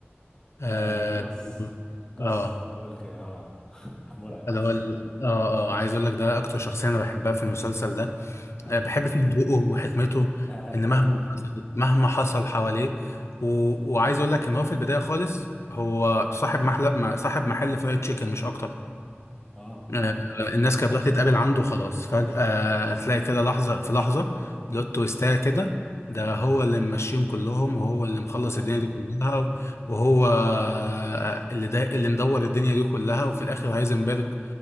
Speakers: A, on the left (about 80°); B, on the left (about 20°).
A: اه
B: آه جاس جاس
A: اه
B: اللي هو الك... اه <laughs> كان مرعب جاس
A: اللي هو ال- اه اه عايز اقول لك ده اكتر شخصيه انا بحبها في المسلسل ده
B: اه
A: آه، بحب فيه هدوءه وحكمته
B: ايوه
A: ان مهما حصل مهما حصل حواليه و... وعايز اقول لك ان هو في البدايه خالص هو صاحب محل ما- صاحب محل فرايد تشيكن مش اكتر
B: اه
A: آه، الناس كانت بتروح تتقابل عنده وخلاص فجأة تلاقي كده لحظة في لحظة بلوت تويستاية كده ده هو اللي ممشيهم كلهم وهو اللي مخلص
B: ايوه
A: الدنيا دي كلها وهو آه، اللي ده اللي مدور الدنيا دي كلها وفي الآخر هايزنبرج